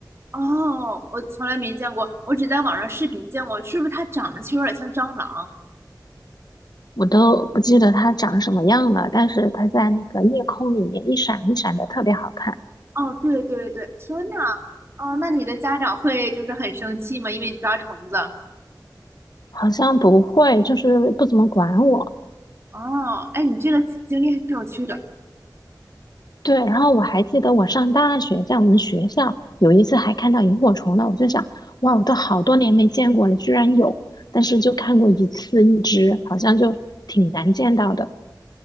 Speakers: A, on the right (about 35°); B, on the left (about 65°).
A: 哦，我从来没见过，我只在网上视频见过。是不是它长得其实有点像蟑螂？
B: 我都不记得它长什么样了，但是它在那个夜空里面一闪一闪的特别好看。
A: 哦，对对对，天呐！哦，那你的家长会就是很生气吗？因为你抓虫子。
B: 好像不会，就是不怎么管我。
A: 哦，哎，你这个经历还挺有趣的。
B: 对，然后我还记得我上大学，在我们学校有一次还看到萤火虫呢，我就想，哇，我都好多年没见过了，居然有，但是就看过一次一只，好像就挺难见到的。